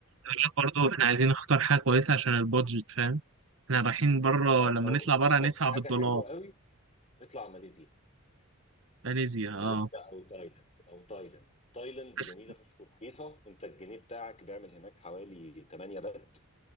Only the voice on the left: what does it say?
لو
بتفكر
في حاجه
حلوه قوي اطلع ماليزيا
ماليزيا او تايلاند او تايلاند تايلاند
جميله فشخ ورخيصه انت الجنيه بتاعك بيعمل هناك حوالي 8 بات